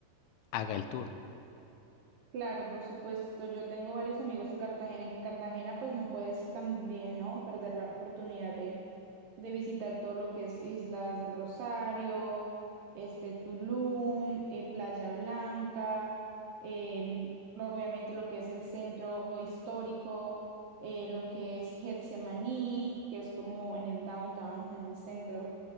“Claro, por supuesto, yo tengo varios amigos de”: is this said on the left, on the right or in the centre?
Right